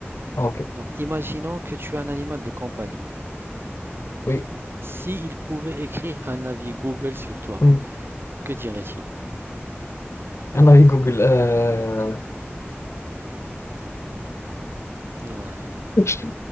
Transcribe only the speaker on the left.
Ok.
Oui.
Mm.
Un avis Google. euh,
<laughs>